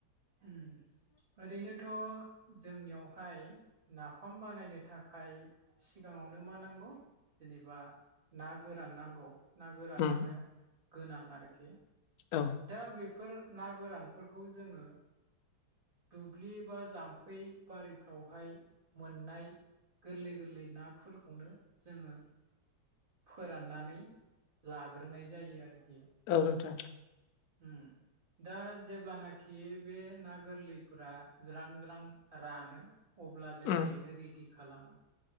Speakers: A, on the right; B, on the left.
A: उम ओरैनोथ' जोंनियावहाय नाफाम बानायनो थाखाय सिगाङावनो मा नांगौ जेनेबा ना गोरान नांगौ ना गोरानानो
B: उम
A: गोनां आरोखि।
B: औ
A: दा बेफोर ना गोरानफोरखौ जोङो दुब्लि बा जाम्फै बारिफ्रावहाय मोननाय गोरलै गोरलै नाफोरखौनो जोङो फोराननानै लाग्रोनाय जायो आरोखि।
B: औ नोंथां।
A: हम। दा जेब्लानाखि बे ना गोरलैफोरा ज्रां ज्रां रानो। अब्ला जों
B: उम
A: देनो रेडि खालामो।